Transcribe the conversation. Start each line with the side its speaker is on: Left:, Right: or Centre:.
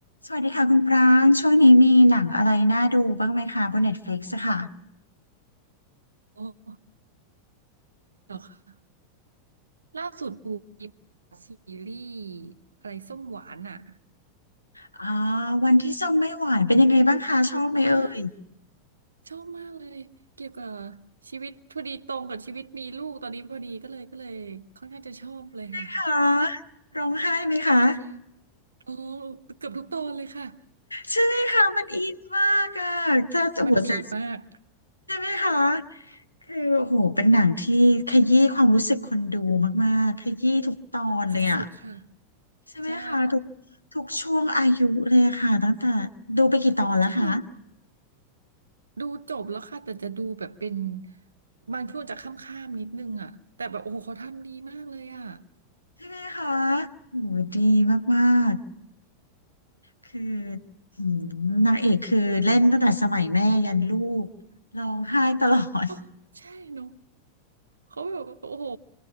Left: สวัสดีค่ะคุณปรางช่วงนี้มีหนังอะไรน่าดูบ้างไหมคะบน Netflix อะค่ะ
Right: โอ้เหรอคะล่าสุดดูมีซีรีส์อะไรส้มหวานอ่ะ
Left: อ่าวันที่ส้มไม่หวานเป็นยังไงบ้างคะชอบไหมเอ่ย
Right: อ่าชอบมากเลยเกี่ยวกับชีวิตพอดีตรงกับชีวิตมีลูกตอนนี้พอดีก็เลยก็เลยค่อนข้างจะชอบเลยค่ะ
Left: คะร้องไห้ไหมคะ
Right: ใช่อ๋อเกือบทุกตอนเลยค่ะ
Left: ใช่ไหมคะมันอินมากอะ ถ้าจะหัวใจ
Right: มันบีบมาก
Left: ใช่ไหมคะคือโอ้โหเป็นหนังที่ขยี้ความรู้สึกคนดูมากๆขยี้ทุกตอนเลยอะ
Right: สุดๆค่ะ
Left: ใช่ไหมคะทุก
Right: ใช่
Left: ทุกช่วงอายุเลยอะค่ะตั้งแต่ดูไปกี่ตอนแล้วคะ
Right: ใช่เนอะดูจบแล้วค่ะแต่จะดูแบบเป็นบางช่วงจะข้ามๆนิดนึงอ่ะแต่แบบโอ้โหเขาทำดีมากเลยอ่ะ
Left: ใช่ไหมคะโหดีมาก คือหืมนางเอกคือเล่นตั้งแต่สมัยแม่ยันลูกร้องไห้ตลอด
Right: เออใช่เนอะ เขาแบบโอ้โห